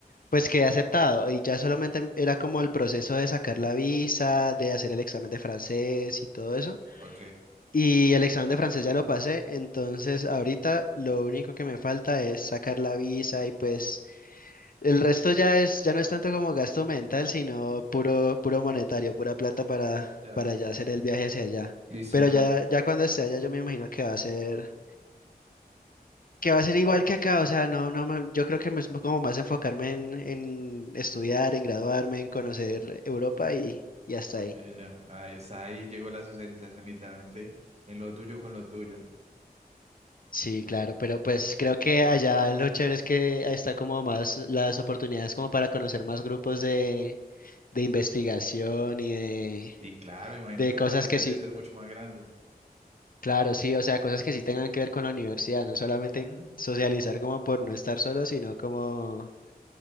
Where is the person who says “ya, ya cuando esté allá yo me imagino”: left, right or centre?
Left